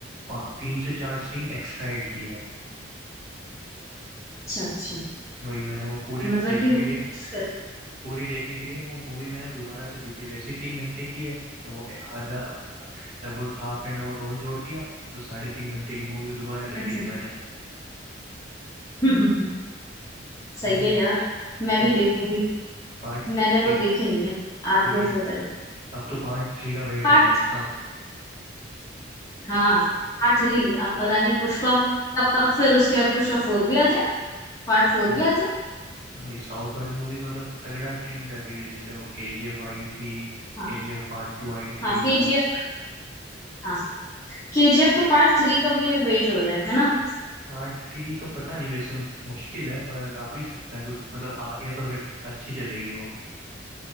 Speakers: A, on the right (about 40°); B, on the left (about 15°).
A: पा- तीन से चार सीन एक्स्ट्रा ऐड किया है
B: अच्छा अच्छा
A: वही मैंने वो पूरे
B: मतलब
A: से देखने
B: कि वो
A: के लिए
B: मिस कर रही।
A: पूरी देखने के लिए वो मूवी मैंने दोबारा से देखी वैसे ही तीन घंटे की है तो वो आधा लगभग हाफ एन आवर और जोड़ दिया तो साढ़े तीन घंटे की मूवी दोबारा देखी
B: अच्छा
A: थी मैंने
B: हम्म, हम्म, हम्म, सही
A: नहीं
B: है
A: यार,
B: यार मैं भी
A: ये
B: देखूंगी
A: पार्ट
B: मैंने
A: थ्री
B: वो देखे नहीं है आप
A: वही
B: जैसे
A: है
B: बता रहे हो
A: अब तो पार्ट थ्री का वेट
B: पार्ट
A: हो रहा है उसका मतलब
B: हाँ पार्ट थ्री आप पता नहीं पुष्पा क्या पता फिर उसके बाद पुष्पा फोर भी आ जाए पार्ट फोर
A: हाँ
B: भी आ जाए
A: वही साउथ वाली मूवीज मतलब तगड़ा ट्रेंड कर रही है जैसे वो केजीएफ आई थी केजीएफ
B: हाँ
A: पार्ट टू आई थी
B: हाँ केजीएफ
A: और
B: हाँ केजीएफ का पार्ट थ्री का भी वेट हो रहा है है ना
A: पार्ट थ्री तो पता नहीं वैसे मुश्किल है पर आ भी सकता है कुछ मतलब आ गया तो फिर अच्छी चलेगी वो